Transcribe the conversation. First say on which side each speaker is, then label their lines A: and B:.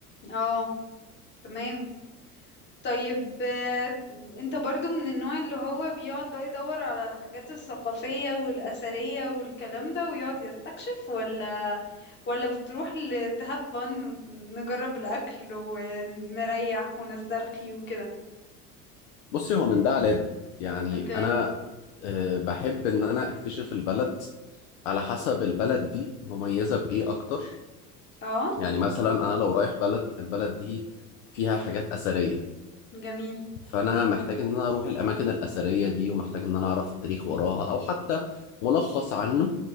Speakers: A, on the left; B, on the left.
A: اه تمام طيب آه، انت برضو من النوع اللي هو بيقعد بقى يدور على الحاجات الثقافية والأثرية والكلام ده ويقعد يستكشف ولا ولا بتروح ل- to have fun ونجرب الأكل ونريح ونسترخي وكده
B: بصي هو من ده على ده يعني
A: اوكي
B: انا آه، بحب ان انا اكتشف البلد على حسب البلد دي مميزة بايه اكتر
A: اه
B: يعني مثلا انا لو رايح بلد البلد دي فيها حاجات اثريه
A: جميل
B: فانا محتاج ان انا اروح الاماكن الاثريه دي ومحتاج ان انا اعرف التاريخ وراها او حتى ملخص عنه